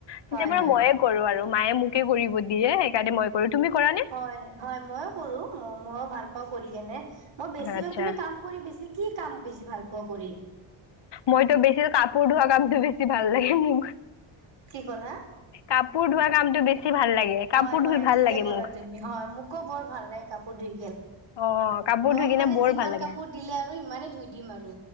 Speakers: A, on the left; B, on the right.
A: তেতিয়া
B: হয়
A: পৰা
B: হয়
A: মইয়ে কৰো আৰু। মায়ে মোকে কৰিব দিয়ে সেইকাৰণে মই কৰো। তুমি কৰা নে?
B: হয় হয় মইও কৰো, ম ময়ো ভাল পাওঁ কৰি কেনে। মই বেছিভাগ,
A: আচ্ছা
B: তুমি কাম কৰি বেছি কি কাম বেছি ভাল পোৱা কৰি?
A: মইতো বেছি কাপ পঢ়োৱা কামতো বেছি ভাল লাগে মোৰ।
B: কি ক'লা?
A: কাপোৰ ধোৱা কামটো বেছি ভাল লাগে
B: হয়,
A: কাপোৰ
B: হয়।
A: ধুই ভাল
B: ঠিকে
A: লাগে
B: ক'লা
A: মোক
B: তুমি, হয় মোকো বৰ ভাল লাগে কাপোৰ ধুই।
A: অ কাপোৰ
B: মোক
A: ধুই কিনে
B: মানে
A: বৰ
B: যিমান
A: ভাল লাগে
B: কাপোৰ দিলে আৰু সিমানে ধুই দিম আৰু,